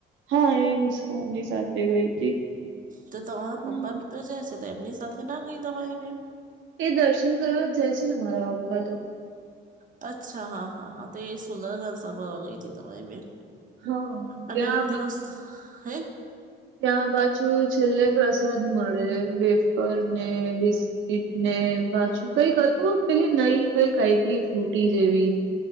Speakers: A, on the right; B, on the right.
A: હા, એ મુસ્કાનની સાથે ગઈ હતી.
B: તો, તમારા
A: હમ
B: પપ્પા ભી તો જાય છે. તો એમની સાથે ના ગઈ તમારી બેન?
A: એ દર્શન કરવા જ જાય છે. ને મારા પપ્પા તો.
B: અચ્છા! હા હા, હા તે સુંદરકાંડ. સાંભળવા ગઈ હતી. તમારી બેન
A: હા
B: અને
A: ત્યાં
B: એક દિવસ.
A: પાછું
B: હે!
A: ત્યાં પાછું છેલ્લે પ્રસાદી મળે. વેફર ને બિસ્કીટ. એને પાછું કઈક હતું. પેલી નઈ કંઈક કઈ હતી! ફ્રુટી જેવી.